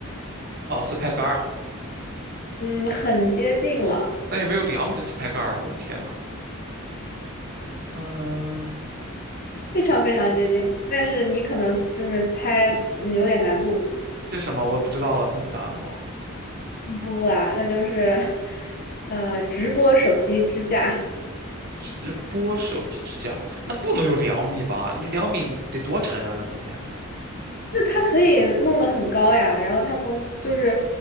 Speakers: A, on the right (about 45°); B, on the left (about 45°).
A: 哦，自拍杆儿，
B: 嗯，很接近了，
A: 但也没有两米的自拍杆儿。我的天呐，嗯、
B: 非常非常接近了但是你可能就是猜，
A: 嗯
B: 嗯有点难度。
A: 是什么？我也不知道了，公布答案吧。
B: 不不啦，那就是，呃，直播手机支架，
A: 直播手机支架，那不能有两米吧？你两米得多沉啊，那东西啊！
B: 就它可以弄得很高呀。然后它从就是，